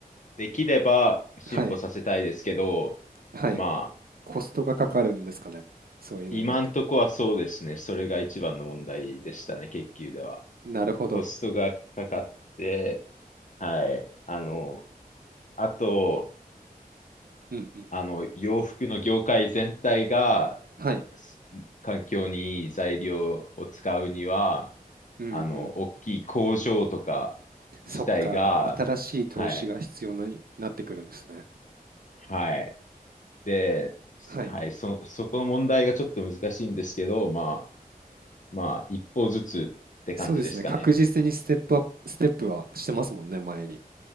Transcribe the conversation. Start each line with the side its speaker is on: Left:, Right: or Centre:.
Left: できれば進歩させたいですけど、
Right: はい。はい。
Left: まあ、
Right: コストがかかるんですかね。そういうのになって。
Left: 今んとこはそうですね。それが一番の問題でしたね、研究では。
Right: なるほど。
Left: コストがかかって、はい。あの、あと、
Right: うんうん。
Left: あの、洋服の業界全体が、
Right: はい。
Left: す環境にいい材料を使うには、
Right: うんうん。
Left: あの、大きい工場とか自体が、
Right: そっか、新しい投資が必要になってくるんですね。
Left: はい、はい。で、
Right: はい。
Left: はい、そ、そこの問題がちょっと難しいんですけど、まあ、まあ、一歩ずつって感じですかね。
Right: そうですね。確実にステップアップ、ステップはしてますもんね、前に。